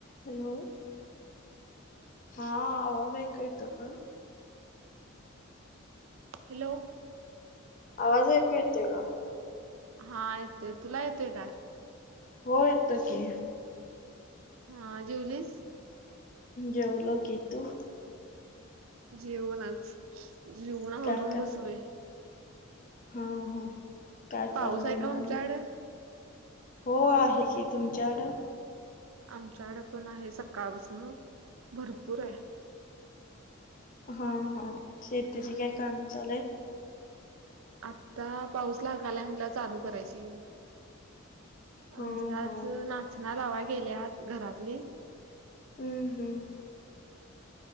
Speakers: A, on the left (about 40°); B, on the right (about 75°).
A: Hello? हा आवाज ऐक येतो का?
B: हॅलो?
A: आवाज ऐकू येतेय का?
B: हा येतोय, तुला येतोय का?
A: हो येतं की,
B: हा जेवलीस,
A: जेवलो की तू,
B: जेऊनच, जेऊन आवरून
A: काय कर
B: बसलोय,
A: हा, हा, काय
B: पाऊस
A: चाललंय,
B: आहे का
A: म
B: तुमच्याकड
A: आणि, हो आहे की, तुमच्याक
B: आमच्याकड पण आहे. सकाळपासन भरपूर आहे.
A: हा, हा, शेतीचे काय काम चालू आहेत?
B: आता पाऊस लागालय चालू करायची. आमचे
A: हा
B: आज
A: हा
B: नाचना लावायला गेल्यात घरातली.
A: हम्म, हम्म,